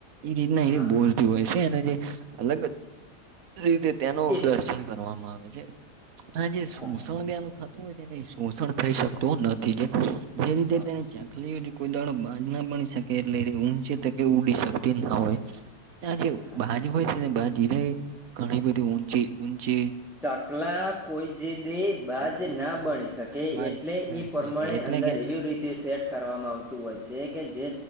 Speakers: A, on the right (about 60°); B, in the centre.
A: એ રીતના
B: હા
A: એ બોલ તી હોય છેને, જે અલગ રીતે તેનું
B: ઈસ
A: દર્શન કરવામાં આવે છે, આજ
B: હા
A: સુસણ દયા નુ થતું હોય છે શોષણ થઈ શકતું નથી જે રીતે
B: હા
A: તેને ચ કલી જે કોઈ દાડો બાજ ના બની શકે એટલે ઊંચે તકે ઉડી શકતી ના હોય. આજ
B: હા
A: બાાજ હોય છેને, બાજ ન ઘણી બધી ઊંચી-ઊંચી
B: ચકલા કોઈ જે દે બાજ
A: ચકલી
B: ના બની શકે
A: બાજ
B: એટલે
A: ના
B: એ પ્રમાણે
A: શકે એટલે
B: અંદર
A: કે
B: એવી રીતે સેટ કરવામાં આવતું હોય છે, કે જે